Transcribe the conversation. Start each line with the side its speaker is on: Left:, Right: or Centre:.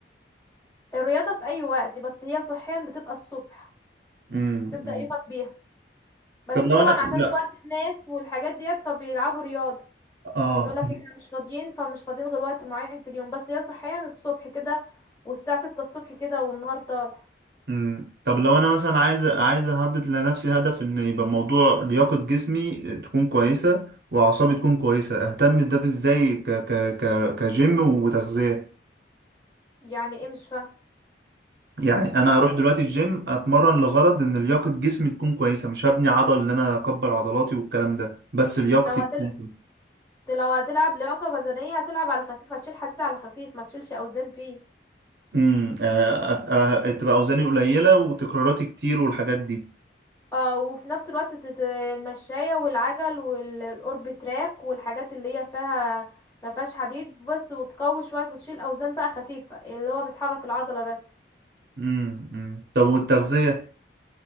Left: الرياضة في اي وقت بس هي صحيا بتبقى الصبح
Right: مم.
Left: تبدأ
Right: مم.
Left: يومك بيها بس
Right: طب
Left: طبعا
Right: لو انا لا
Left: عشان وقت الناس والحاجات ديت فبيلعبوا رياضة
Right: اه
Left: يقول لك احنا مش فاضيين فمش فاضيين غير وقت معين في اليوم بس هي صحيا الصبح كده والساعة ستة الصبح كده والنهار طالع
Right: مم. طب لو انا مثلا عايز عايز احدد لنفسي هدف ان يبقى موضوع لياقة جسمي تكون كويسة واعصابي تكون كويسة اهتم ده ازاي ك... ك... ك... كجيم وتغذية
Left: يعني ايه مش فاهم
Right: يعني انا هروح دلوقتي الجيم اتمرن لغرض ان لياقة جسمي تكون كويسة مش هبني عضل ان انا اكبر عضلاتي والكلام ده بس لياقتي
Left: لو هتلعب
Right: تكون
Left: لو هتلعب لياقة بدنية هتلعب على خفيف هتشيل حديد على خفيف ما تشيلش اوزان فيه
Right: امم يعني أ- أ- تبقى اوزاني قليله وتكراراتي كتير والحاجات دي
Left: اه وفي نفس الوقت تت- المشاية والعجل والاورب تراك والحاجات اللي هي فيها ما فيهاش حديد بس وتقوي شوية وتشيل اوزان بقى خفيفة اللي هو بتحرك العضلة بس
Right: امم أمم. طب والتغذيه